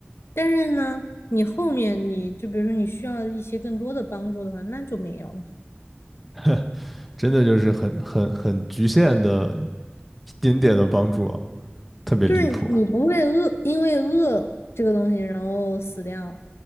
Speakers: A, on the left (about 85°); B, in the centre.
A: 但是呢，你后面你就比如说你需要一些更多的帮助的话，那就没有了。
B: <laughs> 真的就是很很很局限的一点点的帮助啊特别离谱啊。
A: 就是你不会饿，因为饿这个东西然后死掉，